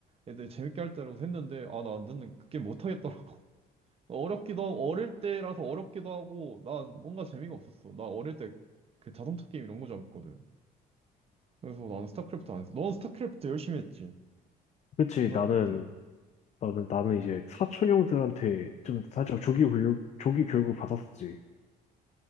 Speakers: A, on the right; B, on the left.
A: 애들 재밌게 할 때라도 했는데, 아, 나 안 듣는, 그게 못 하겠더라고. <laughs> 어렵기도 하고, 어릴 때라서 어렵기도 하고, 난 뭔가 재미가 없었어. 나 어릴 때 그 자동차 게임 이런 거 좋아했거든. 그래서 나는 스타크래프트 안 했어. 넌 스타크래프트 열심히 했지.
B: 그치,
A: 초등학교
B: 나는,
A: 때.
B: 나는, 나는 이제 사촌 형들한테 좀 살짝 조기 교육, 조기 교육을 받았었지.